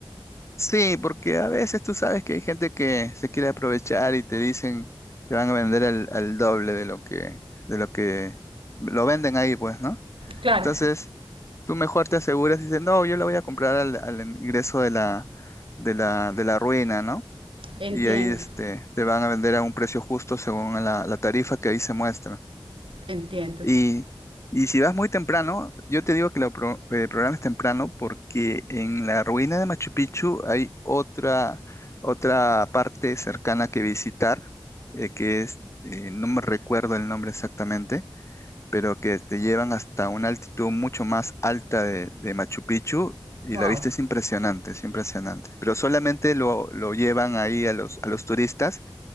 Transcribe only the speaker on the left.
Sí, porque a veces tú sabes que hay gente que se quiere aprovechar y te dicen, te van a vender al, al doble de lo que, de lo que lo venden ahí, pues, ¿no?
Entonces, tú mejor te aseguras y dices, no, yo le voy a comprar al, al ingreso de la, de la, de la ruina, ¿no?
Y ahí este, te van a vender a un precio justo según la, la tarifa que ahí se muestra.
Y, y si vas muy temprano, yo te digo que lo pro- eh, programes temprano porque en la ruina de Machu Picchu hay otra, otra parte cercana que visitar, eh, que es, eh, no me recuerdo el nombre exactamente, pero que te llevan hasta una altitud mucho más alta de, de Machu Picchu y
la vista es impresionante, es impresionante. Pero solamente lo, lo llevan ahí a los, a los turistas